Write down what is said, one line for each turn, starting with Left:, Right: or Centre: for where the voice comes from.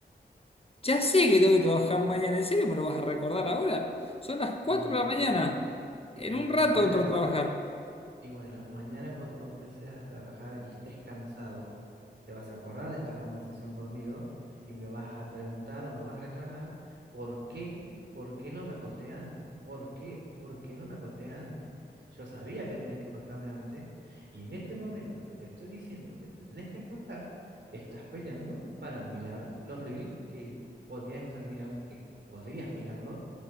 Left: Ya sé que tengo que trabajar mañana, ¿en serio me lo vas a recordar ahora? Son las 4
Right: Y,
Left: de la mañana,
Right: y
Left: en
Right: pero
Left: un
Right: y
Left: rato
Right: mañana
Left: entro a
Right: cuando,
Left: trabajar.
Right: y bueno, mañana cuando vos empecés a trabajar y estés cansado. te vas a acordar de esta conversación conmigo y me vas a preguntar o me vas a reclamar por qué, por qué no me acosté antes, por qué, por qué no me acosté antes. Yo sabía que tenía que acostarme antes y en este momento que te estoy diciendo que te tenés que acostar, estás peleando para mirar los reels que podrías estar mirando, que podrías mirarlos,